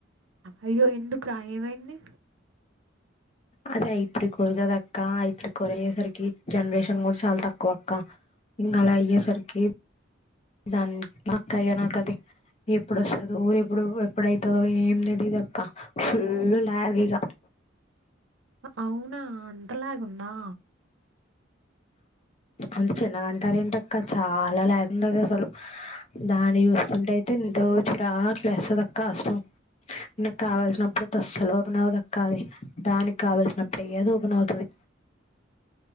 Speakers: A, on the right; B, on the left.
A: అయ్యో ఎందుకు రా ఏమైంది
B: అదే ఐ త్రీ కోర్ కద అక్క ఐ త్రీ కోర్ అయ్యేసరికి జనరేషన్ కూడా చాలా తక్కువ అక్క ఇంకా అలా అయ్యేసరికి దాని అక్క ఇక నాక అది ఎప్పుడుస్తుదో ఎప్పుడు ఎప్పుడైతుందో ఏమి తెలిదు అక్క ఫుల్ లాగ్ ఇక
A: అవునా అంతలాగందా
B: అంత చిన్న గంటార ఏంటక్క చాలా లాగ్ ఉంది అది అసలు దాన్ని చూస్తుంటే అయితే ఎంతో చిరాక లేస్తది అక్క అసలు నకు కావల్సినప్పుడుయితే అసలు ఓపెన్ అవ్వదక్క అది దానికి కావల్సినప్పుడు అది ఓపెన్ అవుతది